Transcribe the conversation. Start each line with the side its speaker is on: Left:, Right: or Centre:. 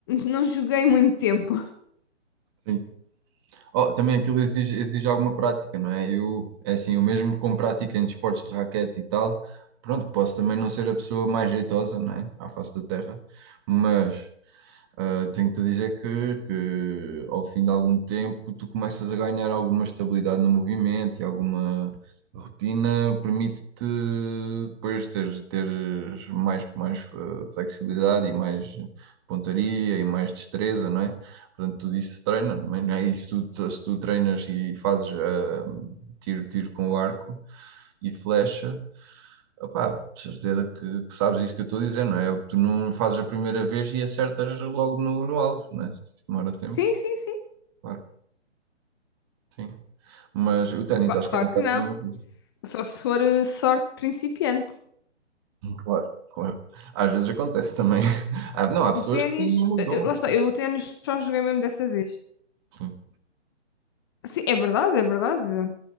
Left: não joguei muito tempo. <laughs>
Right: Sim. Oh, também aquilo exige, exige alguma prática, não é? Eu, é assim, eu mesmo com prática em desportos de raquete e tal, pronto, posso também não ser a pessoa mais jeitosa, não é? À face da terra, mas Ah, tenho-te a dizer que, que ao fim de algum tempo tu começas a ganhar alguma estabilidade no movimento e alguma rotina permite-te depois teres, teres mais, mais ah, flexibilidade e mais pontaria e mais destreza, não é? Portanto, tudo isso se treina, não é? Não é? E se tu, se tu treinas e fazes ah, tiro, tiro com arco e flecha, Opá, de certeza que, que sabes isso que eu estou a dizer, não é? Tu não fazes a primeira vez e acertas logo no, no alvo, não é? Demora tempo,
Left: Sim, sim, sim.
Right: claro, sim. Mas o ténis
Left: Cla-
Right: acho
Left: Claro
Right: que é um bocado
Left: que não.
Right: a mesma coisa.
Left: Só se for eh, sorte de principiante.
Right: Claro, claro. Às vezes acontece também. <laughs> Ah, não, há pessoas
Left: O ténis,
Right: que têm mesmo o
Left: eh,
Right: dom,
Left: eh, lá
Right: sim,
Left: está, eu o ténis só joguei mesmo dessa vez.
Right: sim.
Left: Sim, é verdade, é verdade.